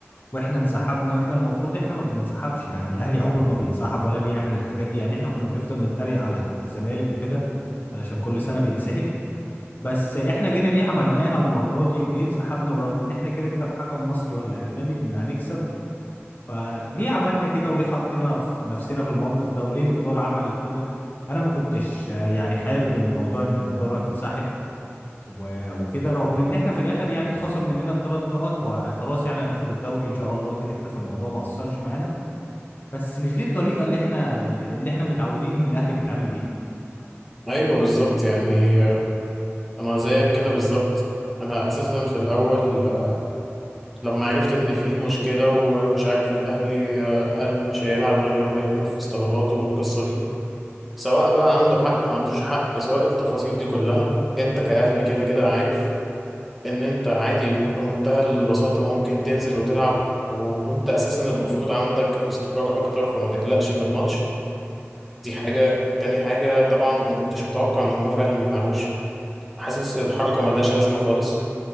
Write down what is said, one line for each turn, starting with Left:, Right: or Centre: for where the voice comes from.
Left: واحنا انسحبنا واحنا المفروض احنا ما بننسحبش يعني الاهلي عمره ما بينسحب ولا بيعمل الحاجات دي يعني احنا كنا بنفضل نتريق على الزمالك وكده علشان كل سنه بينسحب بس احنا جينا ليه عملناها المرة دي وليه انسحبنا ورغم ان احنا كده كده بحكم مصري ولا اجنبي كنا هنكسب فليه عملنا كده وليه حطينا في نفسنا في الموقف ده وليه الإدارة عملت كده انا ما كنتش آه، يعني حابب ان موضوع ان الإدارة تنسحب و- وكده رغم ان احنا في الاخر يعني اتخصم مننا الثلاث نقط وخلاص يعني هناخد الدوري ان شاء الله كده كده فالموضوع ما اثرش معانا بس مش دي الطريقة اللي احنا اللي احنا متعودين ان الاهلي بيتعامل بيها
Centre: ايوه بالظبط يعني آه، انا زيك كده بالظبط انا اساسا في الاول آه، لما عرفت ان في مشكله ومش عارف الاهلي آه، قال مش هيلعب غير لما يتنفذ طلباته والقصه دي سواء بقى عنده حق ما عندوش حق سواء التفاصيل دي كلها انت كاهلي كده كده عارف ان انت عادي بمنتهى البساطة ممكن تنزل وتلعب و- وانت اساسا المفروض عندك استقرار اكتر فما تقلقش من الماتش دي
Left: مم.
Centre: حاجة تاني حاجة طبعا ما كنتش متوقع ان هم فعلا ما يلعبوش حاسس الحركة
Left: مم.
Centre: ملهاش لازمة خالص